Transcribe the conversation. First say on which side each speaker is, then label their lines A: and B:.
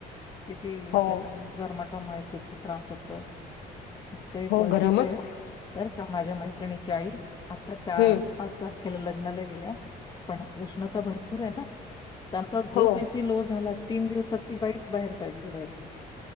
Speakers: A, on the left; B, on the left.
A: किती
B: हो
A: त्याच्यामुळे घरमाटामुळे किती त्रास होतोय आमचं एक
B: हो
A: ओळखीच
B: गरमच
A: आहे
B: खूप
A: बरं का माझ्या मैत्रिणीची आई आत्ता चार
B: हम्म
A: पाच तारखेला लग्नाला गेल्या पण उष्णता भरपूर भरपूर आहे ना त्यांचा जो
B: हो
A: बीपी लो झाला. तीन दिवसात ती बाईच बाहेर काढली डायरेक्ट